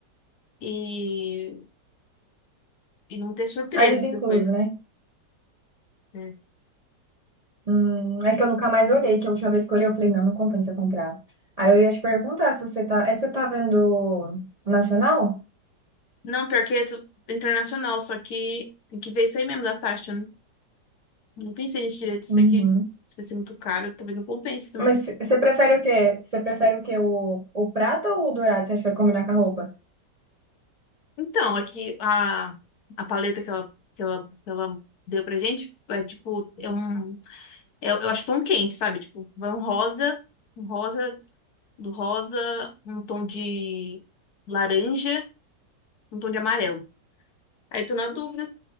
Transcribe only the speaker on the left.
E, e não ter surpresas
depois, né?
É.
Não, pior que é tu- internacional, só que tem que ver isso aí mesmo da taxa, né? Não pensei nisso direito, isso
aqui. Se vai ser muito caro, talvez não compense também.
Então, aqui a, a paleta que ela, que ela, que ela deu pra gente é tipo, é um. Eu, eu acho tom quente, sabe? Tipo, vai um rosa, um rosa, do rosa, um tom de laranja, um tom de amarelo. Aí tô na dúvida,